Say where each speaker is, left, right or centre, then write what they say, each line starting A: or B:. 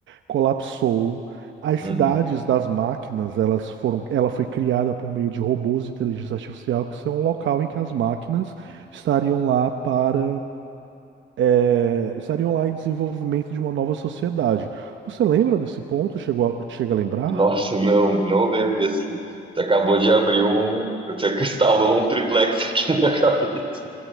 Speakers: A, on the right; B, on the right.
A: colapsou. As
B: uhum,
A: cidades das máquinas, elas foram, ela foi criada por meio de robôs de inteligência artificial, que são um local em que as máquinas
B: uhum.
A: estariam lá para, eh, estariam lá em desenvolvimento de uma nova sociedade. Você lembra desse ponto? Chegou a- chega a lembrar?
B: Nossa, não, não lembro. E assim, você acabou de abrir um. Você <laughs> instalou um triplex aqui na minha cabeça.